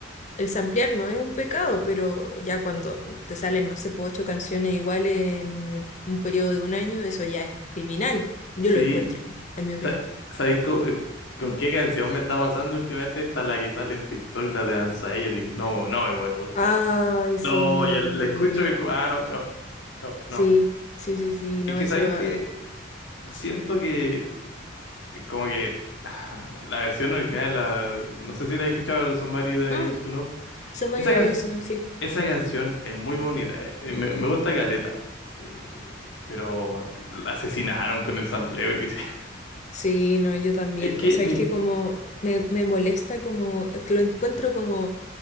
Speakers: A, on the left; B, on the left.
A: El samplear no es un pecado, pero ya cuando te salen, no sé, po, ocho canciones iguales en el- un periodo de un año, eso ya es criminal. Yo
B: Sí,
A: lo encuentro, en mi opinión.
B: sa- ¿sabéis co- eh, con, qué canción me está pasando últimamente? Esta la que sale en TikTok, la de Anxiety. No, no me puede gustar.
A: Ay, sí,
B: No, ya la la escucho y es como, ah, no, chao, chao, no.
A: sí, sí, sí, sí,
B: Es
A: no,
B: que
A: eso...
B: sabéis
A: ah,
B: que siento que como que <sighs> ah, la versión original, la, no sé si la he escuchado, Somebody That
A: Mm,
B: I Used to Know.
A: Somebody
B: Esa,
A: That
B: canc-
A: I Know, sí.
B: esa canción es muy bonita, eh, eh, Me, me gusta Caleta, eh, pero la asesinaron con el sampleo, Elise. <laughs>
A: Sí, no, yo también.
B: Es que
A: Eh, Sabéis
B: ni...
A: que como me, me molesta, como que lo encuentro como...